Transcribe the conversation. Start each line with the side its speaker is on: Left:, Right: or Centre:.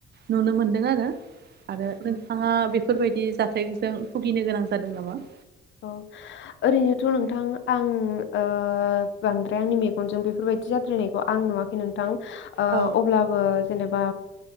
Right: नुनो मोन्दों आरो आरो नोंथाङा बेफोरबायदि जाथायजों भुगिनो गोनां जादों नामा
Left: औ ओरैनोथ' नोंथां आं ओ बांद्राय आंनि मेगनजों बेफोरबायदि जाद्रायनायखौ आं नुवाखै नोंथां ओ
Right: औ
Left: अब्लाबो जेनेबा